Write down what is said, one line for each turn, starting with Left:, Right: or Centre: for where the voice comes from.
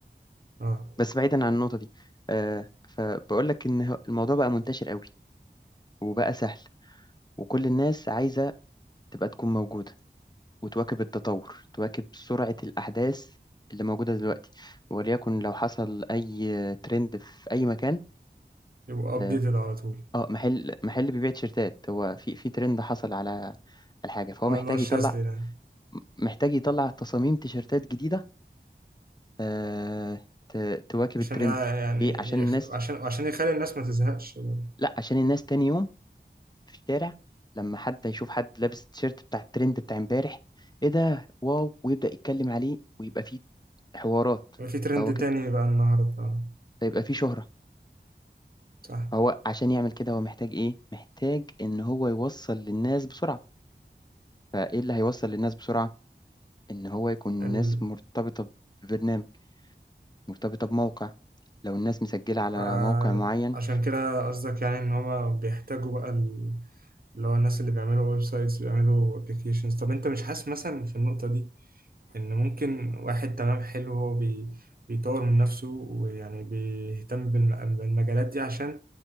Right: اه
Left: بس بعيدا عن النقطة دي آه، فبقول لك إن هو- الموضوع بقى منتشر قوي وبقى سهل وكل الناس عايزة تبقى تكون موجودة وتواكب التطور تواكب سرعة الأحداث اللي موجودة دلوقتي وليكن لو حصل أي ترند في أي مكان
Right: يبقوا
Left: اه
Right: أبديتد على طول
Left: آه، محل محل بيبيع تيشيرتات هو في في ترند حصل على على حاجة فهو
Right: اه
Left: محتاج
Right: اللي هو الشاذلي
Left: يطلع
Right: ده
Left: محتاج يطلع تصاميم تيشيرتات جديدة آه ت- تواكب
Right: عشان
Left: الترند
Right: يع- يعني
Left: ليه عشان
Right: يخ...
Left: الناس
Right: عشان عشان يخلي الناس ما تزهقش برضه.
Left: لا عشان الناس تاني يوم في الشارع لما حد يشوف حد لابس تيشيرت بتاع الترند بتاع امبارح ايه ده واو ويبدأ يتكلم عليه ويبقى فيه حوارات
Right: يبقى في ترند
Left: فهو كده
Right: تاني بقى النهاردة اه
Left: فيبقى فيه شهرة
Right: صح
Left: فهو عشان يعمل كده هو محتاج إيه؟ محتاج إن هو يوصل للناس بسرعة فإيه اللي هيوصل للناس بسرعة؟ إن هو يكون الناس
Right: اه
Left: مرتبطة ببرنامج مرتبطة بموقع لو الناس مسجلة على
Right: فعشان
Left: موقع معين
Right: كده قصدك يعني ان هما بيحتاجوا بقى ال- اللي هو الناس اللي بيعملوا ويب سايتس اللي بيعملوا ابلكيشنز طب انت مش حاسس مثلا في النقطة دي ان ممكن واحد تمام حلو هو بي بيطور من نفسه ويعني بيهتم بالم- بالمجالات دي عشان